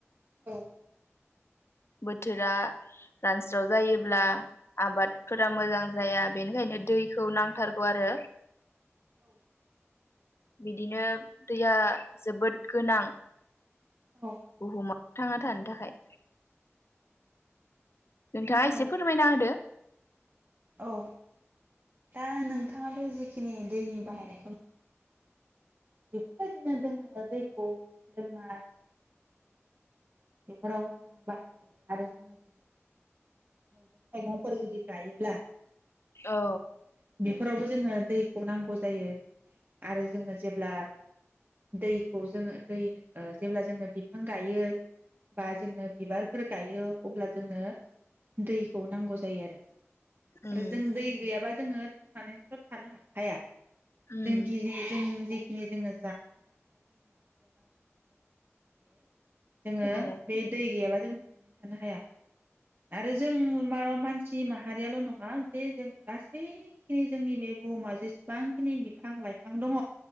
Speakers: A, on the right; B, on the left.
A: औ
B: बोथोरा रान बस्राव जायोब्ला आबादफोरा मोजां जाया बेनिखायनो दैखौ नांथारगौ आरो
A: औ।
B: बिदिनो दैया जोबोद गोनां।
A: औ
B: बुहुमाव थांना थानो थाखाय। नोंथाङा
A: औ
B: एसे फोरमायना होदो।
A: औ दा नोंथाङाबो जिखिनि दैनि बाहायनायखौ नु बेफोरबायदिनो जोङो दैखौ लोंनाय बेफोरावबो जोङो बाहायहयो आरो जोङो जुदि मैगं थाइगंफोर जुदि गायोब्ला
B: औ।
A: फोरावबो जोङो दैखौ नांगौ जायो। आरो जोङो जेब्ला दैखौ जोङो दै जेब्ला जोङो बिफां गायो बा जोङो बिबारफोर गायो अब्ला जोंनो दैखौ नांगौ जायो आरो
B: उम
A: आरो जों दै गैयाबा जोङो थांनानैथ थानो हाखाया
B: उम
A: जों गियो जों जिखिनि जोंङो जोंङो
B: औ
A: बे दै गैयाबा जों थांनानै थानो हाया आरो जों मा मानसि माहारियाल‌ नंङा जे जों गासैखिनि जोंनि बे बुहुमाव जेसेबांखिनि बिफां लाइफां दंङ।